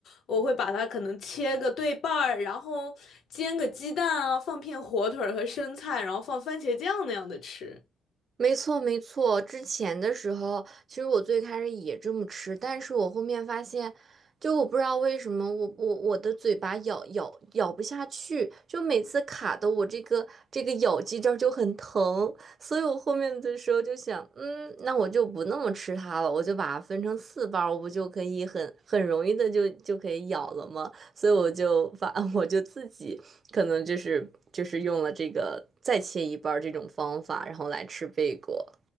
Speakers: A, on the left; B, on the right.
A: 我会把它可能切个对半儿，然后煎个鸡蛋啊，放片火腿儿和生菜，然后放番茄酱那样的吃。
B: 没错，没错。之前的时候，其实我最开始也这么吃，但是我后面发现，就我不知道为什么我，我我的嘴巴咬咬咬不下去，就每次卡的我这个这个咬肌这儿就很疼，所以我后面的时候就想，嗯，那我就不那么吃它了，我就把它分成四瓣儿，我不就可以很很容易的就就可以咬了吗？所以我就发，<laughs> 我就自己可能就是就是用了这个再切一半儿这种方法，然后来吃贝果。